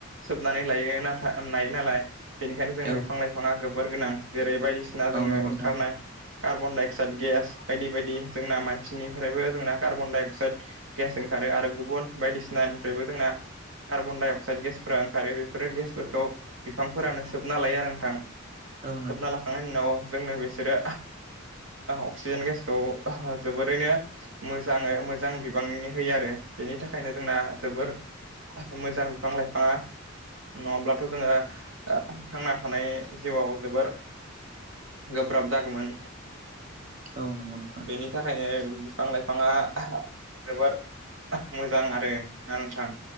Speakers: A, on the right; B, on the right.
A: सोबनानै लायो नाथाय लायो नालाय बेनिखायनो जोंनो
B: औ
A: बिफां लाइफाङा जोबोर गोनां जेरै बायदिसिना जोङो
B: नोंथां
A: ओंखारनाय कार्बन डाइ अक्साइद गेस बायदि बायदि जोंना मानसिनिफ्रायबो जोंना कार्बन डाइ अक्साइद गेस जों ओंखारो आरो गुबुन बायदिसिनानिफ्रायबो जोंना कार्बन दडाइ अक्साइद गेसफोरा ओंखारो बेफोर गेसफोरखौ बिफांफोरानो सोबना लायो आरो नोंथां।
B: औ
A: सोबना लाखांनायनि उनाव जोंनो बिसोरो अक्सिजेन गेसखौ जोबोरैनो मोजाङै मोजां बिबांनि होयो आरो बेनि थाखायनो जोंना जोबोर मोजां बिफां लाइफाङा नङाब्लाथ' जोङो थांना थानाय जिउआव जोबोर गोब्राब जागौमोन।
B: औ नंगौ नोंथां
A: बेनि थाखायनो बिफां लाइफाङा जोबोर मोजां आरो ना नोंथां